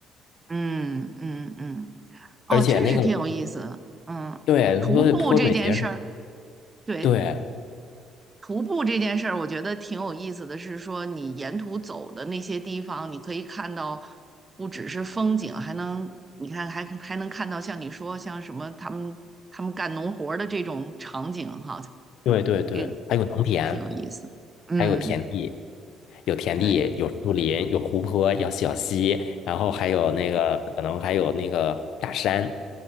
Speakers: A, on the right; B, on the left.
A: 嗯嗯嗯。哦，
B: 而且那个
A: 真是挺有意思。嗯，
B: 对，
A: 徒步这件事儿，
B: 所以泼水节是
A: 对，
B: 对。
A: 徒步这件事儿，我觉得挺有意思的是说，你沿途走的那些地方，你可以看到不只是风景，还能你看还还能看到像你说像什么他们他们干农活儿的这种场景哈，
B: 对对对，
A: 这个嗯挺有意思。
B: 还有农田，
A: 嗯，
B: 还有田地，有田地，
A: 对，
B: 有树林，有湖泊，有小溪，然后还有那个可能还有那个大山。